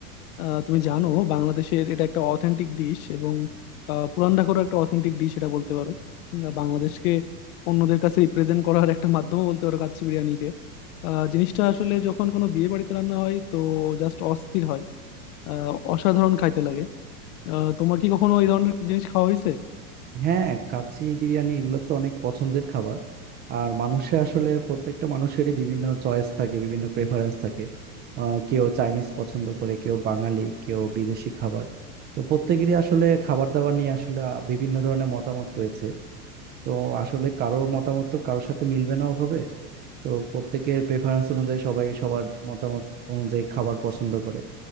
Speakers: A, on the left; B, on the right.
A: আহ, তুমি জানো বাংলাদেশের এটা একটা অথেন্টিক ডিশ এবং আহ, পুরান ঢাকারও একটা অথেন্টিক ডিশ এটা বলতে পারো আহ, বাংলাদেশকে অন্যদের কাছে রিপ্রেজেন্ট করার একটা মাধ্যমও বলতে পারো কাচ্চি বিরিয়ানিকে আহ, জিনিসটা আসলে যখন কোনো বিয়ে বাড়িতে রান্না হয় তো জাস্ট অস্থির হয় আহ, অসাধারণ খাইতে লাগে আহ, তোমার কি কখনো এই ধরনের জিনিস খাওয়া হয়েছে
B: হ্যাঁ কাচ্চি বিরিয়ানি এগুলো তো অনেক পছন্দের খাবার আর মানুষের আসলে প্রত্যেকটা মানুষেরই বিভিন্ন চয়েস থাকে বিভিন্ন প্রেফারেন্স থাকে আহ কেউ চাইনিজ পছন্দ করে কেউ বাঙালি কেউ বিদেশি খাবার তো প্রত্যেকেরই আসলে খাবার দাবার নিয়ে আসলে আহ, বিভিন্ন ধরনের মতামত রয়েছে তো আসলে কারো মতামত তো কারোর সাথে মিলবে না ওভাবে তো প্রত্যেকের প্রেফারেন্স অনুযায়ী সবাই সবার মতামত অনুযায়ী খাবার পছন্দ করে